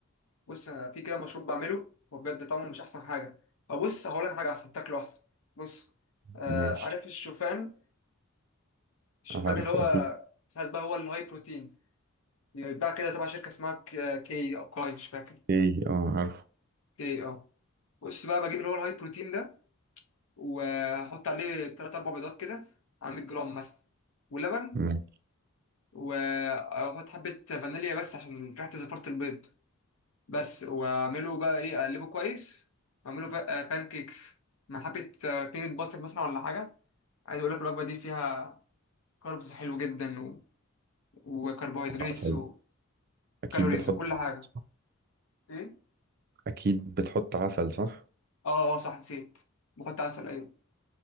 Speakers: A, on the left (about 70°); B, on the right (about 45°).
A: بص أنا في كده مشروب بعمله وبجد طعمه مش أحسن حاجة أو بص هقول لك حاجة أحسن تاكله أحسن بص آه
B: ماشي
A: عارف الشوفان الشوفان
B: عارفه
A: اللي هو
B: اكيد
A: ساعات بقى هو الهاي بروتين بيتباع كده تبع شركة اسمها ك- كي أو كاي مش فاكر
B: ايه اه عارفه
A: كي اه بص بقى بجيب اللي هو الهاي بروتين ده وأحط عليه تلات أربع بيضات كده على 100 جرام مثلا ولبن
B: ماشي.
A: واحط حبة فانيليا بس عشان ريحة زفارة البيض بس واعمله بقى ايه اقلبه كويس واعمله بقى بان كيكس مع حبة بينت باتر مثلا ولا حاجة عايز اقول لك الوجبة دي فيها كاربز حلو جدا و... وكربوهيدراتس
B: عسل اكيد
A: وكالوريز
B: بتحط
A: وكل
B: عسل
A: حاجة
B: صح؟
A: ايه
B: اكيد بتحط عسل صح
A: اه اه صح نسيت بحط عسل ايوه